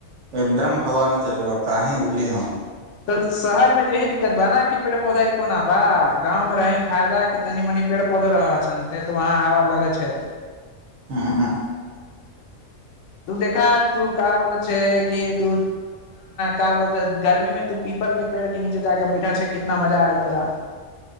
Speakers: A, on the right; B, on the left.
A: एकदम हवा न चलल बा ताही बोली हम
B: तऽ शहर मे तऽ इहे दिक्कत बा नेा कि पेड़ पौधा कोना बा गााँवमे रहै फायदा कि तनी मनी पेड़ पौधो रह छ सेे तऽ वहाँ हवा लगै छै
A: हँ हँ
B: तू देखा तू क बोल छै कि तू का बोलतेै गर्मी में तू पीपल के पेड़ के नीचे जााक बैठा छै कितना मजा आई तोरा